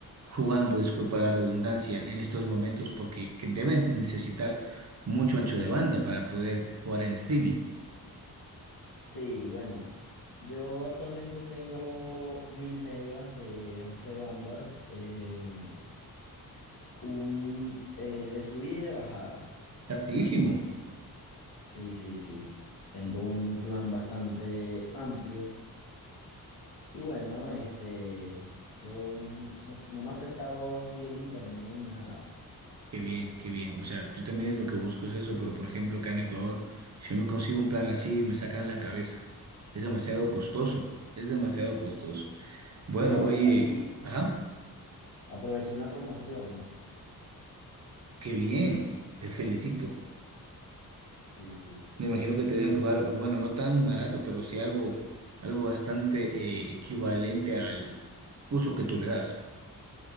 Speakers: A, on the right (about 45°); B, on the left (about 75°).
A: jugando, disculpa la redundancia, en estos momentos? Porque que deben necesitar mucho ancho de banda para poder jugar en streaming.
B: Sí, bueno, yo actualmente tengo mil megas de ancho de banda. em, un eh, de subida y de bajada.
A: Hartísimo.
B: ¿Sabes qué? es? Sí, sí, sí. Tengo un plan bastante amplio. Y bueno, este, son, no, no me ha afectado así el internet en nada.
A: Qué bien, qué bien. O sea, yo también es lo que busco es eso, pero por ejemplo, acá en Ecuador, si yo me consigo un plan así, me sacan la cabeza. Es demasiado costoso, es demasiado costoso. Bueno,
B: Yo
A: oye,
B: aquí
A: ajá,
B: aproveché una promoción.
A: qué bien, te felicito.
B: Sí, sí.
A: Me imagino que te deben cobrar, bueno, no tan barato, pero sí algo, algo bastante eh, equivalente al uso que tú le das.